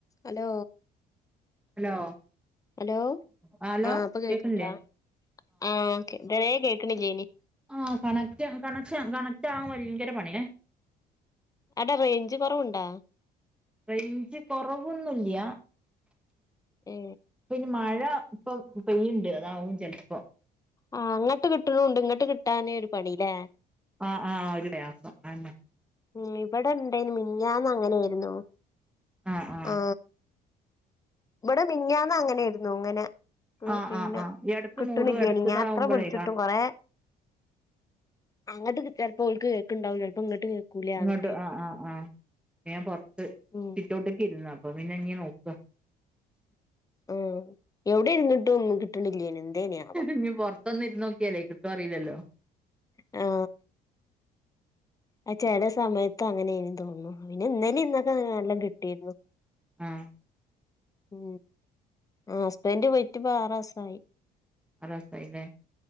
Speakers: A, on the left; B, in the centre.
A: hello
B: Hello
A: hello
B: hello
A: ആ അപ്പൊ കേൾക്കണ്ടോ
B: കേക്കണില്ലേ
A: ആ ദരെ കേക്ക്ണില്ലേനി
B: ആ കണക്റ്റ് കണക്ഷൻ കണക്റ്റ് ആകാൻ ഭയങ്കര പണില്ലേ
A: അവിടെ റേഞ്ച് കുറവുണ്ടാ
B: റൈഞ്ച് കൊറവ് ഒന്നുല്ല്യ
A: ഏ
B: പിന്നെ മഴ ഴ ഇപ്പൊ പെയ്യുണ്ട് അതാവും ചെല്‌പ്പോ
A: ആ അങ്ങോട്ട് കിട്ട്ണ്ണ്ട് ഇങ്ങോട്ട് കിട്ടാനേ ഒരു പണില്ലേ
B: ആ ആ ആ ഒരു പ്രയാസം ആയേന്നേ
A: ഉ ഇവിടെ ഇണ്ടേനുമിഞ്ഞാന്ന് അങ്ങനെയിരുന്നു
B: ആഹ് ആഹ്
A: ആ ഇവിടെ മിഞ്ഞാന്ന് അങ്ങനെയിരുന്നു ഇങ്ങനെ
B: ആഹ്
A: പിന്നെ
B: ആഹ് ആഹ് എടക്ക്
A: കിട്ടണില്ലേനി
B: മൂടും എടക്ക്
A: ഞാൻ
B: ഇതാവുമ്പളേ
A: അത്ര വിളിച്ചിട്ടു കൊറെ അങ്ങട്ട് കിട്ടപ്പം ഓല്ക്ക് കേൾക്ണ്ടാവും ചിലപ്പോ ഇങ്ങട്ട് കേൾക്കൂല
B: ഇങ്ങോട്ട്
A: അങ്ങനെ
B: ആ ആ ആ ഞാ പുറത്ത്
A: ഉം
B: സിറ്റോട്ട്ക്ക് ഇര്ന്ന അപ്പ പിന്നെ നിനോക്ക
A: ആ എവിടെ ഇരുന്നിട്ടും കിട്ടണില്ലേനി എന്തേനി ആവോ
B: ഇഞ് പൊറത്തൊന്ന് ഇരു നോക്കിയാലേ കിട്ടോ അറില്ലല്ലോ
A: ആ ആ ചെല സമയത്ത് അങ്ങനെ ഇനി തോന്നു പിന്നെ ഇന്നേലെ ഇന്നൊക്കെ നല്ലോം കിട്ടിയിരുന്നു
B: ആ
A: ഉ ആ ഹസ്ബന്റെ പോയിട്ട് പ്പം ആറാസായി
B: അറസായില്ലേ